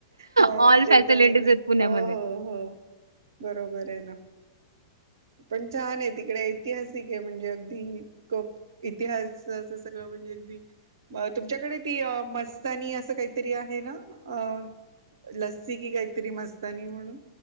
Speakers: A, on the right; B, on the right.
A: हो
B: ऑल
A: ते
B: फॅसिलिटीज
A: तर हो..
B: आहेत पुण्यामध्ये.
A: हो.. हो.. बरोबर आहे ना पण छान आहे तिकडे ऐतिहासिक आहे म्हणजे अगदी खप इतिहास अस सगळं म्हणजे अगदी तुमच्याकडे ती मस्तानी असं काहीतरी आहे ना अ लस्सी की काहीतरी मस्तानी म्हणून